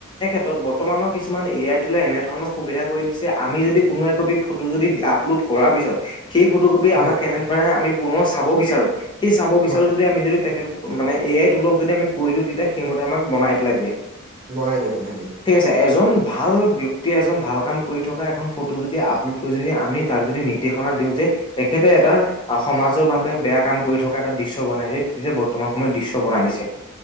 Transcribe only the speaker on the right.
হয়
হয়
বনাই দিয়ে বনাই দিয়ে।